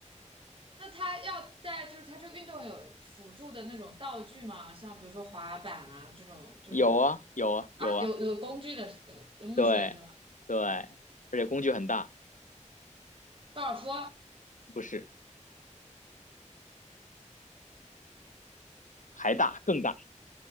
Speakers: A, on the right; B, on the left.
A: 那他要带就是他这个运动有辅助的那种道具吗？像比如说滑板啊这种，就是
B: 有啊有啊有啊，
A: 啊有有工具的是有东西的是吧？
B: 对对，而且工具很大，
A: 高尔夫
B: 不是还大更大，